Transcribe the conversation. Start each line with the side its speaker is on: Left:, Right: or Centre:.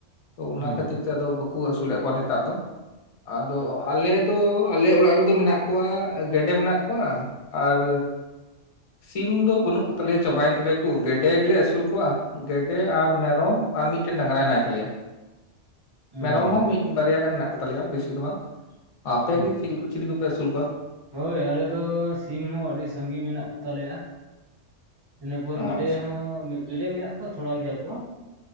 Left: ᱛᱚ ᱚᱱᱟ
Right: ᱦᱩᱸ
Left: ᱠᱷᱟᱹᱛᱤᱨ ᱛᱮᱫᱚ ᱵᱟᱹᱠᱩ ᱟᱹᱥᱩᱞᱮᱫ ᱠᱚᱣᱟ ᱱᱮᱛᱟᱨ ᱫᱚ᱾ ᱟᱫᱚ ᱟᱞᱮ ᱫᱚ ᱟᱞᱮ ᱚᱲᱟᱜ ᱨᱮᱫᱚ ᱢᱮᱱᱟᱜ ᱠᱚᱣᱟ ᱜᱮᱰᱮ ᱢᱮᱱᱟᱜ ᱠᱚᱣᱟ, ᱟᱨ ᱥᱤᱢ ᱫᱚ ᱵᱟᱹᱱᱩᱜ ᱠᱩᱛᱟᱞᱮᱭᱟ ᱪᱟᱵᱟᱭᱮᱱ ᱛᱟᱞᱮᱭᱟᱠᱚ ᱜᱮᱰᱮ ᱜᱮᱞᱮ ᱟᱹᱥᱩᱞ ᱠᱚᱣᱟ᱾ ᱜᱮᱰᱮ ᱟᱨ ᱢᱮᱨᱚᱢ ᱟᱨ ᱢᱤᱫᱴᱮᱱ ᱰᱟᱝᱨᱟ ᱦᱮᱱᱟᱭ ᱛᱟᱞᱮᱭᱟ᱾
Right: ᱦᱮᱸ
Left: ᱢᱮᱨᱚᱢ ᱦᱚᱸ ᱢᱤᱫ ᱵᱟᱨᱭᱟ ᱜᱟᱱ ᱢᱮᱱᱟᱜ ᱠᱚᱛᱟᱞᱮᱭᱟ ᱵᱮᱥᱤ ᱫᱚ ᱵᱟᱝ᱾ ᱟᱯᱮ
Right: ᱦᱩᱸ
Left: ᱜᱮ ᱪᱤᱞᱤ ᱠᱚ ᱪᱤᱞᱤ ᱠᱚᱯᱮ ᱟᱹᱥᱩᱞ ᱠᱚᱣᱟ?
Right: ᱦᱳᱭ ᱟᱞᱮ ᱫᱚ ᱥᱤᱢ ᱦᱚᱸ ᱟᱹᱰᱤ ᱥᱟᱺᱜᱤ ᱢᱮᱱᱟᱜ ᱠᱚᱛᱟᱞᱮᱭᱟ᱾ ᱤᱱᱟᱹᱯᱚᱨ ᱜᱮᱰᱮ
Left: ᱟᱪᱪᱷᱟ
Right: ᱦᱚᱸ ᱜᱮᱰᱮ ᱢᱮᱱᱟᱜ ᱠᱚᱣᱟ ᱛᱷᱚᱲᱟ ᱜᱮᱭᱟ ᱠᱚ,